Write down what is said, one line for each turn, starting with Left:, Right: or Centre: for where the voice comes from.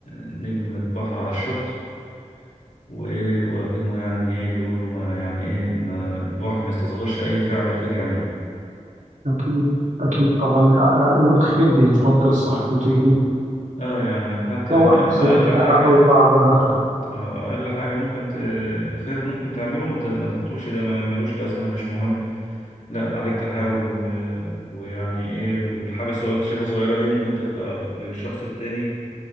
Left: نجمة بحر على الشط وايه وكأنه يعني ايه بيقول له ما يعني ايه ما الواحد ما يستصغرش اي فعل خير يعمله
Right: اكيد اكيد طبعا آه، آه، والخير بيترد لصاحبه تاني
Left: اه يعني حتى
Right: سواء
Left: يعني اقل
Right: في وقتها
Left: حاجة
Right: او بعدها
Left: اه اقل حاجه ممكن ت... خير ممكن تعمله ما, ت... ما تقولش ده ما- ملوش لازمه مش مهم لا عليك تحاول و... ويعني ايه والحاجه الصغيره انت شايفها صغيره دي ممكن تبقى للشخص التاني